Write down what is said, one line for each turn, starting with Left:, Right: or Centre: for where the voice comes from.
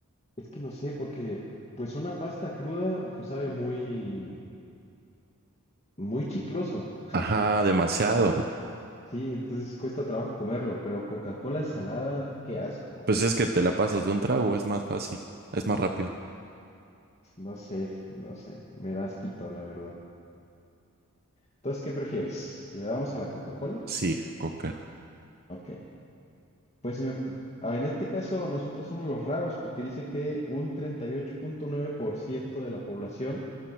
Left: Es que no sé, porque pues una pasta cruda pues sabe muy, muy chicloso.
Right: Ajá, demasiado.
Left: Sí, entonces cuesta trabajo comerlo, pero Coca-Cola salada, qué asco.
Right: Pues es que te la pasas de un trago, es más fácil, es más rápido.
Left: No sé, no sé, me da asquito, la verdad. Entonces, ¿qué prefieres? ¿Le damos a la Coca-Cola?
Right: Sí, coca.
Left: Ok. Pues eh, ah, en este caso nosotros somos los raros porque dice que un treinta y ocho punto nueve por ciento de la población